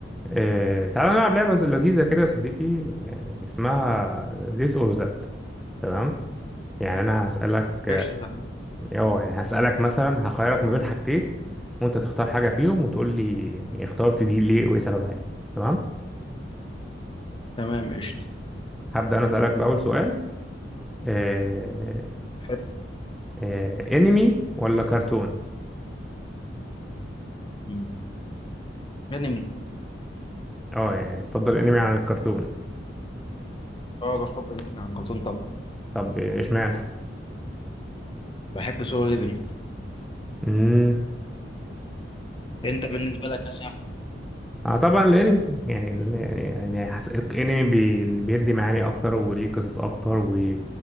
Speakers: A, in the centre; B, on the left.
A: إيه تعالى نلعب لعبة لذيذة كده يا صديقي يعني اسمها this or that تمام يعني أنا هسألك اه
B: قشطة تمام
A: آه، يعني هسألك مثلا هخيرك ما بين حاجتين وأنت تختار حاجة فيهم وتقول لي يعني اخترت دي ليه وإيه سببها يعني تمام
B: تمام قشطة
A: هبدأ أنا أسألك بأول سؤال إيه
B: حلو
A: إيه انمي ولا كرتون
B: مم. أنمي
A: اه يعني تفضل انمي عن الكرتون
B: أه بفضل أنمي عن كرتون طبعا
A: طب آه، اشمعنى
B: بحب سولو ليفلينج
A: امم
B: أنت بالنسبة لك يعني
A: اه طبعا الانمي يعني ال- يعني حس... الانمي بي... بيدي معاني اكتر وليه قصص اكتر و...